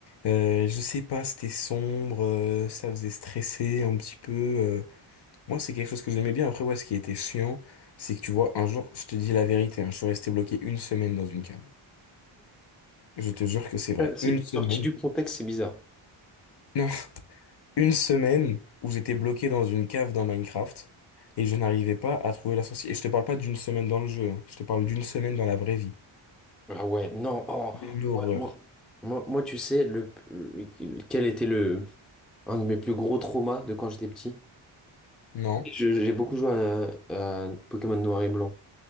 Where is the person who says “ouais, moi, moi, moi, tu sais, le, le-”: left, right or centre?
Centre